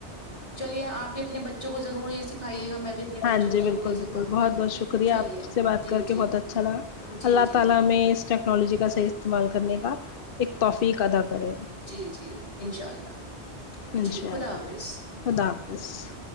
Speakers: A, on the left; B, on the left.
A: چلیے آپ بھی اپنے بچوں کو ضرور یہ سکھائیے گا میں بھی اپنے
B: ہاں
A: بچوں کو
B: جی بالکل
A: ضرور یہ سکھاؤں
B: بالکل بہت
A: گی
B: بہت شکریہ
A: چلیے
B: آپ سے بات
A: جی
B: کر
A: جی
B: کے بہت اچھ اچھا لگا
A: جی
B: اللہ
A: جی
B: تعالی
A: جی
B: ہمیں اس ٹیکالوجی کا صحیح استعمال کرنے کا ایک توفیق ادا کرے
A: جی جی انشاء اللہ
B: انشاء
A: جی خدا
B: اللہ
A: حافظ
B: خدا حافظ